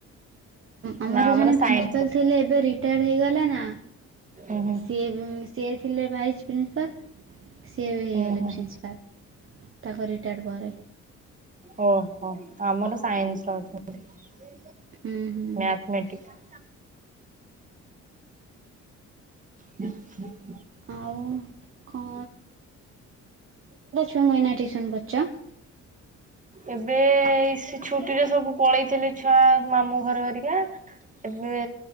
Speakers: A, on the right (about 45°); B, on the right (about 25°).
A: ଆମର
B: ନା
A: ଜଣେ
B: ସାଇନ୍ସର
A: ପ୍ରିନ୍ସିପାଲ ଥିଲେ ଏବେ ର ହେଇଗଲା ନା,
B: ହୁଁ ହୁଁ
A: ସି ସିଏ ଥିଲେ ଭାଇସ୍ ପ୍ରିନ୍ସିପାଲ ସିଏ ବି ହେଇଗଲେ
B: ହୁଁ ହୁଁ।
A: ପ୍ରିନ୍ସିପାଲ, ତାଙ୍କ ରିଟାୟାର୍ଡ଼ ପରେ
B: ଓହୋ ଆମର ସାଇନ୍ସ ର ଅଛନ୍ତି,
A: ହୁଁ ହୁଁ
B: ମାଥମେଟିକ୍ <inaudible> ହ ହ <unintelligible>
A: ଆଉ କଣ ସଙ୍ଗଇନା ଟଟିୁସନ୍ କରଛ <unintelligible>
B: ଏବେ ସେ ଛୁଟି ରେ ସବୁ ପଳେଇଥିଲେ ଛୁଆ, ମାମୁଁ ଘର ହେରିକା ଏବେ